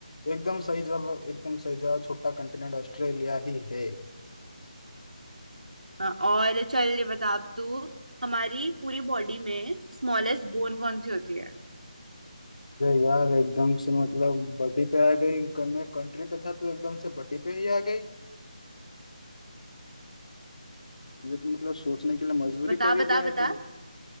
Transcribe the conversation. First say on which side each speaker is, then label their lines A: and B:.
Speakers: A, on the left (about 65°); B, on the right (about 85°).
A: एकदम सही जवाब एकदम सही जवाब छोटा कॉन्टिनेंट ऑस्ट्रेलिया ही है
B: हाँ और चल ये बता अब तू हमारी पूरी बॉडी में स्मॉलेस्ट बोन कौन सी होती है
A: अरे यार एकदम से मतलब बड़ी पे आ गई क- मैं कंट्री पे था तो एकदम से बड़ी पे ही आ गई ये तो मतलब सोचने के लिए मजबूरी
B: बता
A: कर ही
B: बता
A: दिया है
B: बता
A: तो